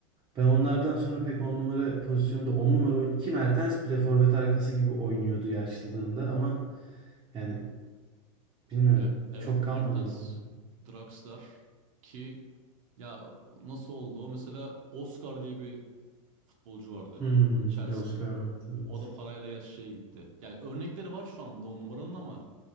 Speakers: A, on the right (about 25°); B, on the right (about 75°).
A: Ben onlardan sonra pek on numara pozisyonda on numara oyn ki Mertens bile forvet arkası gibi oynuyordu yaşlılığında ama yani bilmiyorum
B: E- Evet
A: çok
B: Mertens,
A: kalmadı on numara.
B: Draxler ki ya nasıl oldu? o? Mesela Oscar diye bir futbolcu vardı
A: Hmm,
B: Chelsea'de.
A: Oscar vardı evet.
B: O da parayla gerçi şeye gitti. Yani örnekleri var şu anda on numaranın ama